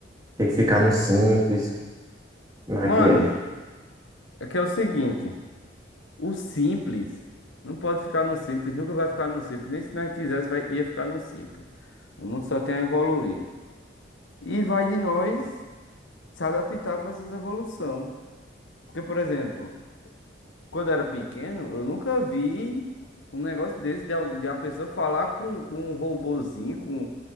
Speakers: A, on the right; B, on the left.
A: tem que ficar no simples? Como é
B: mano,
A: que é? Tipo
B: é que é o seguinte, o simples não pode ficar no simples, nunca vai ficar no simples, nem se nós quisesse vai, ia ficar no simples. O mundo só tem a evoluir. E vai de nós se adaptar com essas evolução. Porque, por exemplo, quando eu era pequeno, eu nunca vi um negócio desse de, al- de a pessoa falar com, com um robozinho, com,